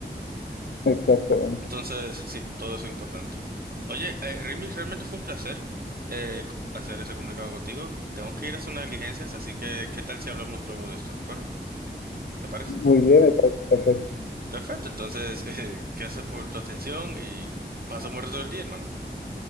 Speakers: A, on the left; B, on the right.
A: exactamente.
B: Entonces, sí, todo eso es importante. Oye, eh, Remy, realmente fue un placer eh, c- hacer ese comunicado contigo. Tengo que ir a hacer unas diligencias, así que ¿qué tal si hablamos luego de esto? ¿De acuerdo? ¿Te parece?
A: Muy bien, me parece perfecto.
B: Perfecto, entonces, <laughs> eh, gracias por tu atención y pasa un buen resto del día, hermano.